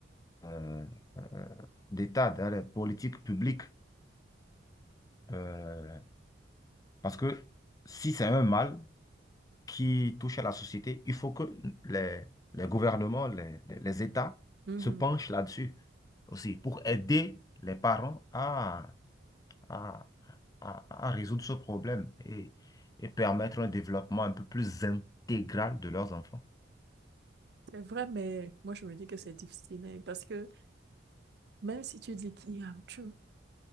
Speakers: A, on the left; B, on the right.
A: euh, euh, d'État, dans les politiques publiques. Euh, parce que si c'est un mal qui touche à la société, il faut que les, les gouvernements, les, les les États
B: Mhm.
A: se penchent là-dessus aussi pour aider les parents à à, à- à résoudre ce problème et, et permettre un développement un peu plus intégral de leurs enfants.
B: C'est vrai, mais moi je me dis que c'est difficile hein, parce que même si tu dis qu'il y a, tu-